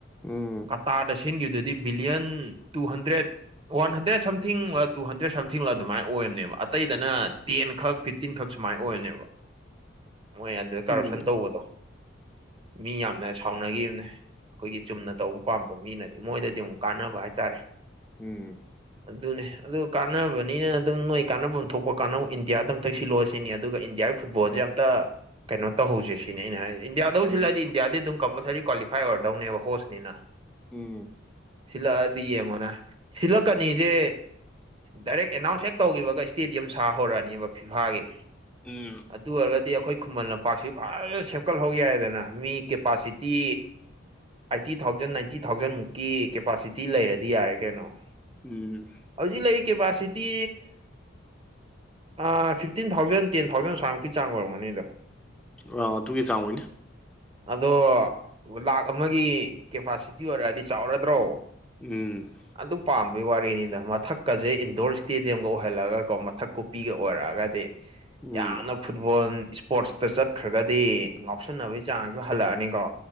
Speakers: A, in the centre; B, on the right (about 30°).
A: ꯎꯝ ꯎꯝ
B: ꯀꯇꯥꯔꯗ ꯇꯤꯟꯒꯤꯗꯨꯗꯤ billion two hundred one hundred ꯁꯝꯊꯤꯡꯂ ꯇꯨ ꯍꯟꯗ꯭ꯔꯦꯠ ꯁꯝꯊꯤꯡꯂ ꯑꯗꯨꯃꯥꯏꯅ ꯑꯣꯏꯕꯅꯦꯕ ꯑꯇꯩꯗꯅ ꯇꯦꯟ ꯈꯛ ꯐꯤꯞꯇꯤꯟꯈꯛ ꯁꯨꯃꯥꯏꯅ ꯑꯣꯏꯕꯅꯦꯕ
A: <inaudible>
B: ꯃꯣꯏ ꯑꯗꯨꯗ
A: ꯎꯝ
B: ꯀꯔꯞꯁꯟ ꯇꯧꯕꯗꯣ
A: ꯎꯝ
B: ꯃꯤ ꯌꯥꯝꯅ ꯁꯥꯎꯅꯈꯤꯕꯅꯦ ꯑꯩꯈꯣꯏꯒꯤ ꯆꯨꯝꯅ ꯇꯧꯕ ꯄꯥꯝꯕ ꯃꯤꯅꯗꯤ ꯃꯣꯏꯗꯗꯤ ꯑꯃꯨꯛ ꯀꯥꯟꯅꯕ ꯍꯥꯏꯇꯥꯔꯦ
A: ꯎꯝ
B: ꯑꯗꯨꯅꯦ ꯑꯗꯨ ꯀꯥꯟꯅꯕꯅꯤꯅ ꯑꯗꯨꯝ ꯅꯣꯏ ꯀꯥꯟꯅꯐꯝ ꯊꯣꯛꯄ ꯀꯥꯟꯅꯧ ꯏꯟꯗꯤꯌꯥꯗ ꯑꯝꯇꯛ ꯁꯤꯜꯂꯛꯑ‌ꯣ ꯁꯤꯅꯤ ꯑꯗꯨꯒ ꯏꯟꯗꯤꯌꯥꯒꯤ ꯐꯨꯠꯕꯣꯜꯁꯦ ꯌꯥꯝ ꯑꯝꯇ ꯀꯩꯅꯣ ꯇꯧꯍꯧꯁꯦ ꯁꯤꯅꯤ ꯅꯦ ꯑꯩꯅ ꯍꯥꯏꯁ‌ꯦ ꯏꯟꯗꯤꯌꯥꯗꯕꯨ
A: ꯎꯝ
B: ꯁꯤꯜꯂꯛꯑꯗꯤ ꯏꯟꯗꯤꯌꯥꯗꯤ ꯑꯗꯨꯝ ꯀꯝꯄꯜꯁꯔꯤ ꯀ꯭ꯋꯥꯂꯤꯐꯥꯏ ꯑꯣꯏꯔꯗꯧꯅꯦꯕ ꯍꯣꯁꯅꯤꯅ
A: ꯎꯝ
B: ꯁꯤꯜꯂꯛꯑꯗꯤ ꯌꯦꯡꯉꯣꯅ ꯁꯤꯜꯂꯛꯀꯅꯤꯁꯦ ꯗꯥꯏꯔꯦꯛ ꯑꯦꯅꯥꯎꯟꯁ ꯍꯦꯛ ꯇꯧꯈꯤꯕꯒ ꯏꯁꯇꯦꯗꯤꯌꯝ ꯁꯥ ꯍꯧꯔꯛꯑꯅꯦꯕ ꯐꯤꯐꯥꯒꯤ
A: ꯎꯝ
B: ꯑꯗꯨ ꯑꯣꯏꯔꯒꯗꯤ ꯑꯩꯈꯣꯏ ꯈꯨꯃꯟ ꯂꯝꯄꯥꯛꯁꯤ ꯐꯖꯅ ꯁꯦꯝꯀꯠꯍꯧ ꯌꯥꯔ‌ꯦꯗꯅ ꯃꯤ ꯀꯦꯄꯥꯁꯤꯇꯤ ꯑꯥꯏꯠꯇꯤ ꯊꯥꯎꯖꯟ ꯅꯥꯏꯟꯇꯤ ꯊꯥꯎꯖꯟꯃꯨꯛꯀꯤ ꯀꯦꯄꯥꯁꯤꯇꯤ ꯂꯩꯔꯗꯤ ꯌꯥꯔꯦ ꯀꯩꯅꯣ
A: ꯎꯝ
B: ꯍꯧꯖꯤꯛ ꯂꯩꯔꯤ ꯀꯦꯄꯥꯁꯤꯇꯤ ꯑꯥ ꯐꯤꯐꯇꯤꯟ ꯊꯥꯎꯖꯟ ꯇꯦꯟ ꯊꯥꯎꯖꯟ ꯁꯥꯏꯃꯨꯛꯀꯤ ꯆꯥꯡ ꯑꯣꯏꯔꯝꯒꯅꯤꯗ
A: ꯑꯥ ꯑꯗꯨꯒꯤ ꯆꯥꯡ ꯑꯣꯏꯅꯤ
B: ꯑꯗꯣ ꯂꯥꯛ ꯑꯃꯒꯤ ꯀꯦꯄꯥꯁꯤꯇꯤ ꯑꯣꯏꯔꯛꯑꯗꯤ ꯆꯥꯎꯔꯗ꯭ꯔꯣ
A: ꯎꯝ
B: ꯑꯗꯨ ꯄꯥꯝꯕꯒꯤ ꯋꯥꯔꯤꯅꯤꯗ ꯃꯊꯛꯀꯁꯦ ꯏꯟꯗꯣꯔ ꯏꯁꯇꯦꯗꯤꯌꯝꯒ ꯑꯣꯏꯍꯜꯂꯒꯀꯣ ꯃꯊꯛ ꯀꯨꯞꯄꯤꯒ ꯑꯣꯏꯔꯛꯑꯒꯗꯤ
A: ꯎꯝ
B: ꯌꯥꯝꯅ ꯐꯨꯠꯕꯣꯜ ꯏꯁꯄꯣꯔꯠꯁꯇ ꯆꯠ ꯆꯠꯈ꯭ꯔꯒꯗꯤ ꯉꯥꯎꯁꯟꯅꯕꯒꯤ ꯆꯥꯡꯁꯨ ꯍꯜꯂꯛꯑꯅꯤꯀꯣ